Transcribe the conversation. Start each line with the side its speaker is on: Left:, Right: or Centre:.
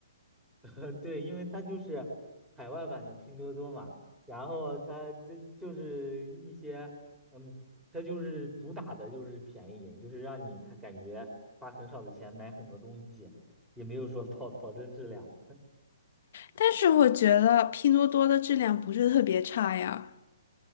Centre: <laughs> 对，因为它就是海外版的拼多多嘛，然后它这就是一些，嗯，它就是主打的就是便宜，就是让你看感觉花很少的钱买很多东西，也没有说保保证质量。
Left: 但是我觉得拼多多的质量不是特别差呀，